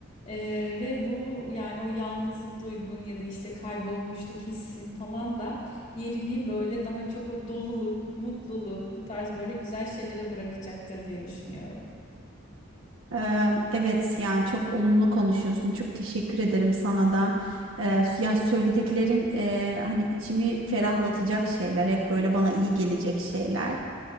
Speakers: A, on the left (about 35°); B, on the right (about 75°).
A: E, ve bu yani o yalnızlık duygun ya da işte kaybolmuşluk hissin falan da yerini böyle daha çok o doluluk, mutluluk bu tarz böyle güzel şeylere bırakacaktır diye düşünüyorum.
B: Eee, Evet yani çok olumlu konuşuyorsun. Çok teşekkür ederim sana da. Eee yani söylediklerin eee, hani içimi ferahlatacak şeyler, hep böyle bana iyi gelecek şeyler.